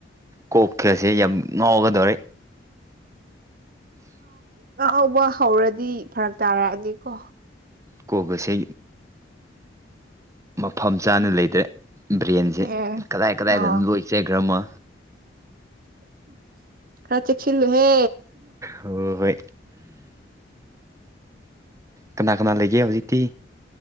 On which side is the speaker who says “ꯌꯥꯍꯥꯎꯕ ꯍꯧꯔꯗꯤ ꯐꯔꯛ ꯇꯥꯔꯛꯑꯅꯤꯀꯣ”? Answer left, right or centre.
Right